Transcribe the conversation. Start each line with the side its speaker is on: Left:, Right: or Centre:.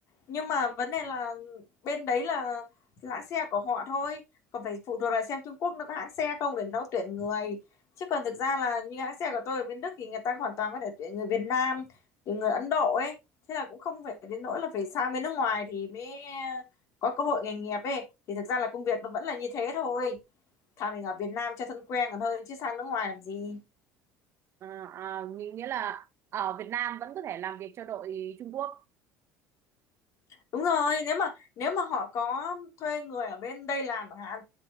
Left: nhưng mà vấn đề là bên đấy là hãng xe của họ thôi còn phải phụ thuộc là xem Trung Quốc nó có hãng xe không để nó tuyển người chứ còn thực ra là như hãng xe của tôi ở bên Đức thì người ta hoàn toàn có thể tuyển người Việt Nam từ người Ấn Độ ấy thế là cũng không phải đến nỗi là phải sang bên nước ngoài thì mới ờ, có cơ hội nghề nghiệp ấy thì thực ra là công việc nó vẫn là như thế thôi thà mình ở Việt Nam cho thân quen còn hơn chứ sang nước ngoài làm gì
Right: À, à, nghĩa nghĩa là ở Việt Nam vẫn có thể làm việc cho đội Trung Quốc
Left: đúng rồi nếu mà nếu mà họ có thuê người ở bên đây làm chẳng hạn